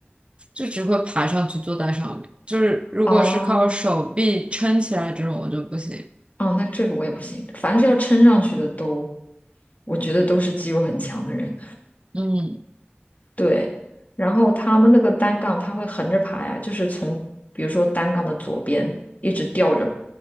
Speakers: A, on the right; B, on the left.
A: 就只会爬上去坐在上面。就是如果是靠手臂撑起来这种，
B: 啊
A: 我就不行。
B: 啊，那这个我也不行，凡是要撑上去的都，我觉得都是肌肉很强的人，
A: 嗯，
B: 对，然后他们那个单杠他会横着爬呀，就是从比如说单杠的左边一直吊着